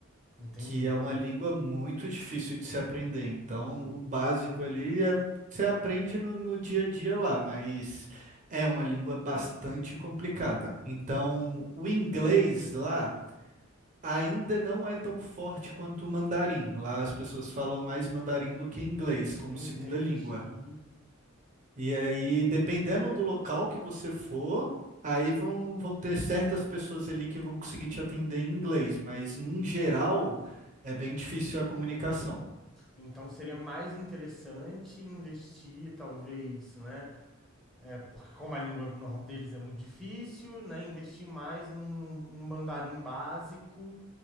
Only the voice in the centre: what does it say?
Entendi.
Entendi.
Então seria mais interessante investir, talvez, né? É, porque como a língua normal deles é muito difícil, né? Investir mais num, num mandarim básico.